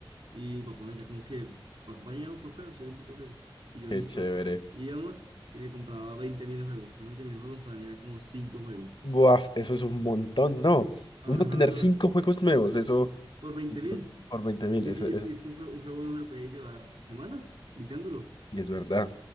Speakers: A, on the right; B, on the left.
A: Y mi papá me decía como que, acompañamos por juegos, yo le invito a juegos. Y yo
B: Qué
A: listo.
B: chévere.
A: Y íbamos y me compraba 20 mil juegos, que son 20 mil juegos, para mí eran como 5 juegos.
B: Buah, eso es un montón, ¿no?
A: Ajá,
B: Uno tener
A: ajá.
B: cinco juegos nuevos, eso
A: Por 20
B: es
A: mil.
B: ver- por 20 mil,
A: Es
B: eso,
A: que, es,
B: eso.
A: que es que un juego, un juego no se lo puede llevar semanas, iniciándolo.
B: Y es verdad.